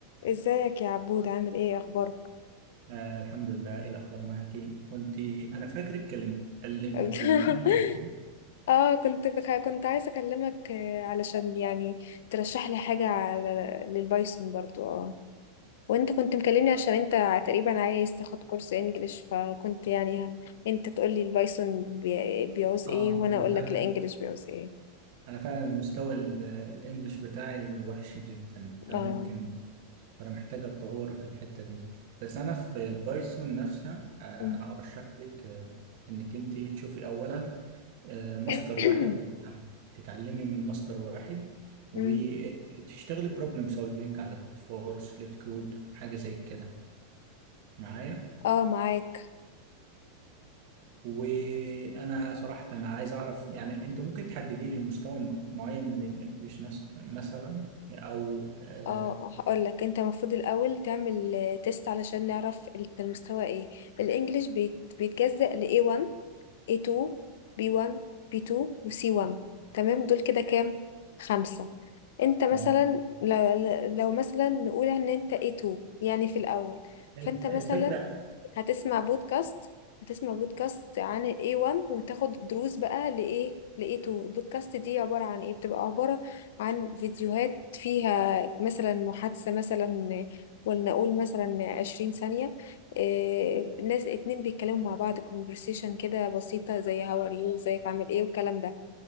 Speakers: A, on the left; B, on the right.
A: ازيك يا عبود عامل ايه اخبارك
B: آه الحمد لله ايه الاخبار معك كنت انا فاكرك كلمت كلم-
A: <laughs>
B: كلمتني قبل كده
A: اه كنت بك... كنت عايزه اكلمك آه، علشان يعني ترشح لي حاجه على... للبايثون برضو اه وانت كنت مكلمني عشان انت تقريبا عايز تاخد كورس انجليش فكنت يعني انت تقول لي البايثون بي... بيعوز
B: اه
A: ايه وانا
B: انا
A: اقول
B: فعلا
A: لك الانجليش بيعوز ايه
B: انا فعلا مستوى ال- الانجليش بتاعي وحش جدا انا
A: اه
B: ممكن فانا محتاج اتطور في الحتة دي بس انا في البايثون نفسها آه
A: <clears throat> م.
B: انا ارشح لك آه انك انت تشوفي اولا آه، مصدر
A: <coughs>
B: واحد وتتعلم- تتعلمي من مصدر واحد وتشتغلي
A: م.
B: بروبلم سولفينج على كود فورس ليت كود حاجة زي كده معايا
A: اه معاك
B: وانا صراحة أنا عايز اعرف يعني انت ممكن تحددي لي مستوى م- معين من الانجليش نس- مثلا او آه
A: اه هقول لك انت المفروض الاول تعمل آه، تيست علشان نعرف انت المستوى ايه الانجليش بيت بيتجزأ ل A1 A2 B1 B2 و C1 تمام دول كده كام خمسة انت مثلا
B: تمام
A: لو, لو مثلا نقول ان انت A2 يعني في الاول
B: الف-
A: فانت مثلا
B: الفكرة
A: هتسمع بودكاست هتسمع بودكاست عن ال A1 وتاخد دروس بقى لإيه ل A2 البودكاست دي عبارة عن إيه بتبقى عبارة عن فيديوهات فيها مثلا محادثة مثلا ولنقول مثلا عشرين ثانية إيه ناس اتنين بيتكلموا مع بعض conversation كده بسيطة زي how are you ازيك عامل ايه والكلام ده